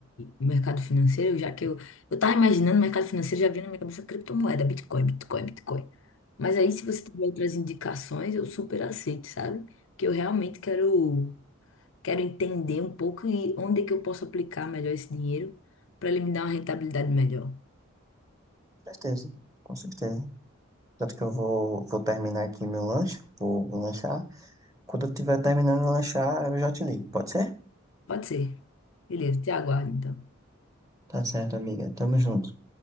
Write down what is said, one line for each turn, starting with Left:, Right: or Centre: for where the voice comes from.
Left: o mercado financeiro, já que eu, eu tava imaginando o mercado financeiro, já vinha na minha cabeça criptomoeda, Bitcoin, Bitcoin, Bitcoin. Mas aí, se você tiver outras indicações, eu super aceito, sabe? Que eu realmente quero, quero entender um pouco e onde é que eu posso aplicar melhor esse dinheiro para ele me dar uma rentabilidade melhor.
Right: Com certeza, com certeza. Tanto que eu vou, vou terminar aqui meu lanche, vou, vou lanchar. Quando eu estiver terminando de lanchar, eu já te ligo, pode ser?
Left: Pode ser. Beleza, te aguardo então.
Right: Tá certo, amiga. Tamo junto.